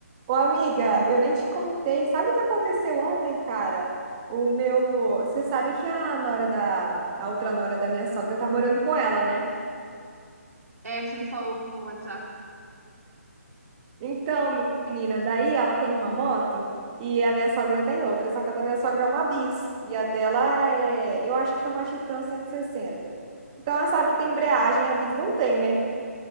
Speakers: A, on the right (about 25°); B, on the right (about 75°).
A: Ô, amiga, eu nem te contei. Sabe o que aconteceu ontem, cara? O meu. Você sabe que a nora da. A outra nora da minha sogra tá morando com ela, né?
B: É, você me falou no WhatsApp.
A: Então, menina, daí ela tem uma moto e a minha sogra tem outra. Só que a da minha sogra é uma bis. E a dela é. Eu acho que é uma Titan 160. Então, ela sabe que tem embreagem, a bis não tem, né?